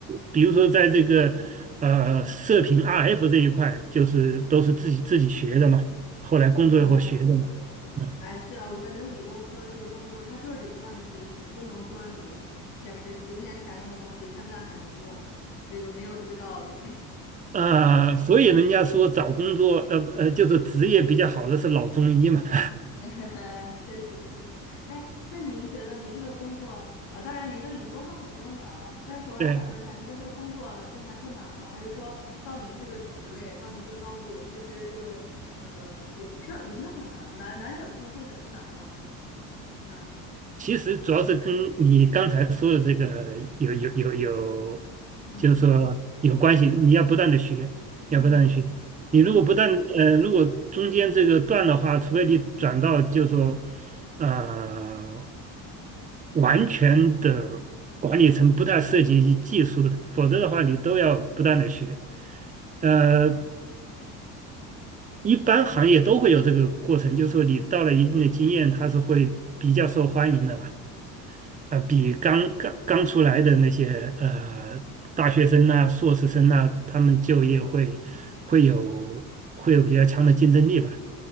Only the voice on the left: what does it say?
啊，对，是，
哎，是啊，我就感觉理工科这个工作，它就是得不断的学习，不能说你之前是几十年前用的东西，现在还能用，这个没有这个道理。<laughs>
对。
<laughs> 确实确实，哎，那您觉得您这个工作啊，当然您都已经工作很多年了，但是我还是想问一下，
您觉得这个工作对您来说难吗？还是说到您这个职位，到您这个高度，其实就呃也不是也不是很难，难难者不会，会者不难嘛。嗯
嗯
嗯
嗯，